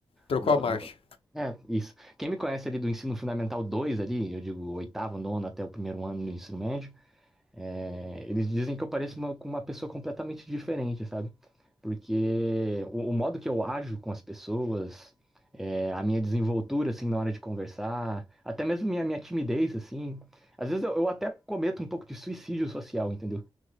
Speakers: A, on the left (about 80°); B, in the centre.
A: Trocou
B: do,
A: a marcha.
B: do- é, isso. Quem me conhece ali do ensino fundamental 2 ali, eu digo oitavo, nono até o primeiro ano do ensino médio, é, eles dizem que eu pareço uma- com uma pessoa completamente diferente, sabe? Porque o, o modo que eu ajo com as pessoas, é, a minha desenvoltura, assim, na hora de conversar, até mesmo minha, minha timidez, assim. Às vezes eu, eu até cometo um pouco de suicídio social, entendeu?